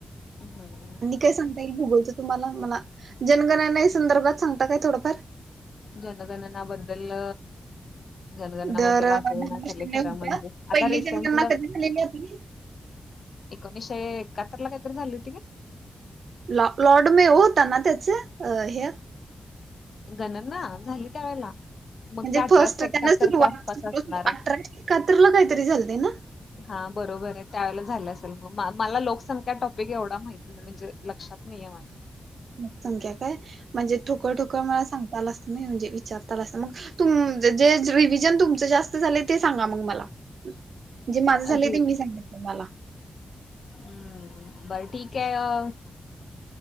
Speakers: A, on the left; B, on the right.
A: हं.
B: काय सांगता येईल भुगालचं तुम्हाला, मला जनगणने संदर्भात सांगता काय थोडंफार.
A: जनगणना बद्दल जनगणनाबद्दल
B: दर अ,
A: आठवना
B: दहा
A: झालय
B: वर्षांनी
A: खरं
B: होत्या
A: म्हणजे, आता
B: पहिली
A: रिसेंटल
B: जनगणना कधी झालेली आपली
A: एकोणीसशे एकाहत्तर ला काहीतरी झाली होती.
B: लॉ लॉर्ड मे होता ना त्याच अ हे
A: गणना झाली त्यावेेळेला. मग
B: म्हणजे
A: ते अठराशे
B: फर्स्ट त्यांन
A: एकाहत्तरच्या
B: सुरुवात
A: आसपास
B: केली
A: असणार
B: होती.
A: आहे
B: अठराशे एकाहत्तरला काहीतरी झालती ना.
A: हा बरोबर आहे. त्यावेेळेला झालं असेल मग, मला लोकसंख्या टॉपिक एवढा मला माहिती नाही. म्हणजे लक्षात नाही आहेे माझ्या.
B: लोकसंख्या काय, म्हणजे ठोकळ-ठोकळ मला सांगता आल असंत. नाही म्हणजे विचारता आल असत, मग तुमच जे रिव्हिजन तुमच जास्त झालय ते सांगा मग मला. जे माझं झालंय
A: अरे
B: ते मी सांगते तुम्हाला.
A: हम्म बरं ठीक आहे. अ